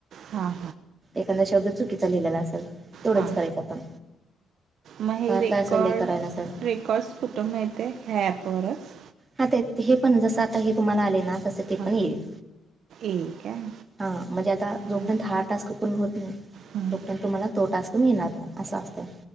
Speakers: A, on the right (about 70°); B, on the right (about 30°).
A: हा.
B: एखादा शब्द चुकीचा लिहिलेला असेल. तेवढंच
A: हा.
B: करायचं आपण
A: मग हे
B: फार
A: रेकॉर्ड
B: काय असेल लय कराय नसेल.
A: रेकॉर्ड्स कुठं मिळतय ह्या ॲपवरच?
B: हा ते हे पण जसं आता हे तुम्हाला आलय ना तस ते
A: हां
B: पण येईल.
A: एक आहे
B: हा म्हणजे आता जोपर्यंत
A: दोन
B: हा टास्क पुर्ण होत नाही
A: हं.
B: तो पर्यंत तुम्हाला तो टास्क मिळणार नाय असं असतं.